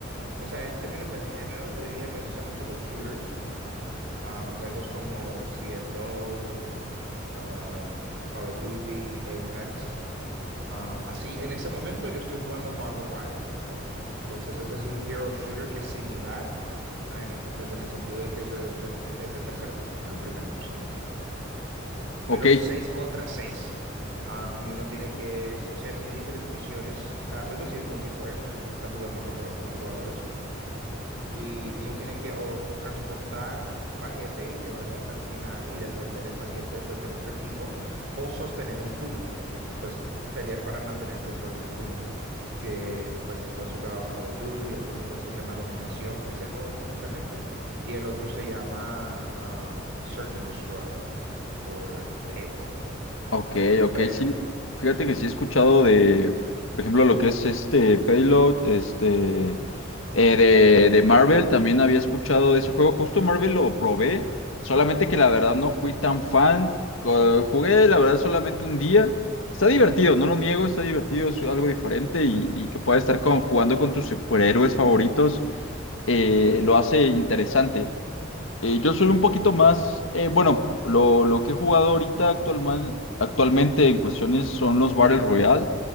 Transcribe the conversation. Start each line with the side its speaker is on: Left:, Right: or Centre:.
Right: o sea, en términos de género, yo diría me gustan mucho los shooters. Um, juegos como C CSGO, ah, Call of Duty, Apex. Um, así, en ese momento yo estoy jugando Marvel Rivals. Entonces, ese es un hero shooter que es similar, a en el, pues en el sentido de que es, es de- es en tercera persona, no en primera persona,
Left: Ok.
Right: pero seis contra seis. Um, y uno tiene que, o sea, tiene diferentes misiones cada juego, si es multiplayer, entonces uno está jugando contra otros jugadores y uno tiene que o transportar un paquete y llevarlo hasta el final y defender el paquete después del otro equipo o sostener un punto. Entonces, pues pelear para mantener control de un punto. Que pues si tú has jugado Call of Duty, otro juego se llama Dominación, ese modo típicamente, y el otro se llama um, Search and Destroy o Payload.
Left: Ok, ok,
Right: Pues,
Left: sí. Fíjate que sí he escuchado de, por ejemplo, lo que es este Payload, este, eh, de, de Marvel, también había escuchado de ese juego. Justo Marvel lo probé, solamente que la verdad no fui tan fan. Co- Jugué, la verdad, solamente un día. Está divertido, no lo niego, está divertido, es algo diferente y, y que pueda estar con, jugando con tus superhéroes favoritos, eh, lo hace interesante. Eh, yo soy un poquito más, eh, bueno, lo, lo que he jugado ahorita actualman- actualmente en cuestiones son los Battle Royale.